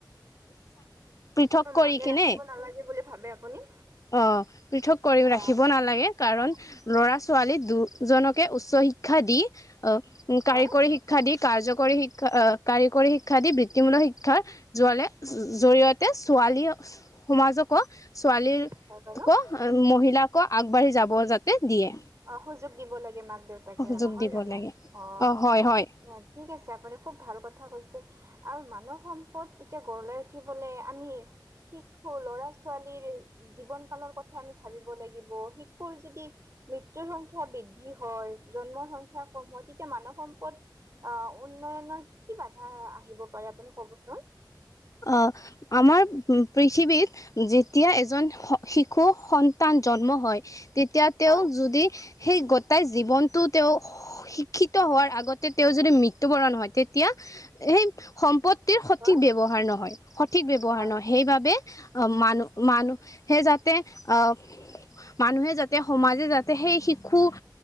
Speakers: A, on the left; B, on the right.
A: পৃথক কৰি
B: মানে,
A: কিনে
B: ৰাখিব নালাগে বুলি ভাবে আপুনি?
A: অ', পৃথক কৰি ৰাখিব
B: অ
A: নালাগে। কাৰণ
B: অ
A: ল'ৰা ছোৱালী দুজনকে উচ্চ শিক্ষা দি, আহ'
B: হয়
A: কাৰিকৰী শি শিক্ষা দি কাৰ্যকৰী শিক্ষা কাৰিকৰী শিক্ষা দি বৃত্তিমূলক শিক্ষাৰ যোৱালে জৰিয়তে তে ছোৱালী সমাজকো ছোৱালীৰ
B: <inaudible>
A: ক মহিলাকো আগবাঢ়ি যাব যাতে দিয়ে।
B: অ', সুযোগ দিব লাগে মাক দেউতাকে
A: সুযোগ
B: নহয়,
A: দিব
B: জানো
A: লাগে
B: অ'।
A: হয় হয়
B: ঠিকে আছে আপুনি খুব ভাল কথা কৈছে। আৰু মানৱ সম্পদ এতিয়া গঢ় লৈ উঠিবলৈ আমি সিকো ল'ৰা-ছোৱালীৰ জীৱন কালৰ কথা আমি ভাবিব লাগিব, শিশুৰ যদি মৃত্যুৰ সংখ্যা বৃদ্ধি হয়, জন্মৰ সংখ্যা কম হয় তেতিয়া মানৱ সম্পদ অ', উন্নয়নৰ কি বাধা আহিব পাৰে আপুনি ক'বচোন?
A: অ', আমাৰ পৃথিৱীত যেতিয়া এজন শিশু সন্তান জন্ম হয়, তেতিয়া
B: হয়
A: তেওঁ যদি সেই গোটাই জীৱনটো তেওঁ শিক্ষিত হোৱাৰ আগতে তেওঁ যদি মৃত্যুবৰণ হয়, তেতিয়া সেই সম্পদ সঠিক
B: হয়
A: ব্যৱহাৰ নহয়, সঠিক ব্যৱহাৰ
B: হয়
A: নহয়, সেইবাবে অ', মানু-মানুহে যাতে অ' মানুহে যাতে সমাজে যাতে সেই শিশু